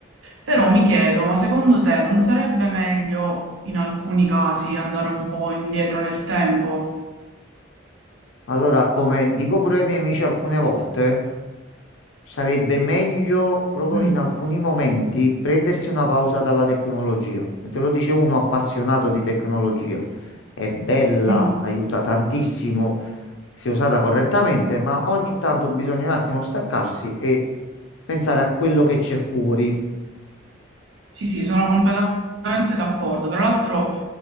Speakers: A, on the right; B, on the left.
A: Però mi chiedo, ma secondo te non sarebbe meglio in alcuni casi andare un po' indietro nel tempo?
B: Allora, come dico pure ai miei amici alcune volte, Sarebbe meglio proprio
A: Mm,
B: in alcuni momenti prendersi una pausa dalla tecnologia. E te lo dice uno appassionato di tecnologia. È bella,
A: mm.
B: aiuta tantissimo se usata correttamente, ma ogni tanto bisogna un attimo staccarsi e pensare a quello che c'è fuori.
A: Sì, sì, sono completamente d'accordo. Tra l'altro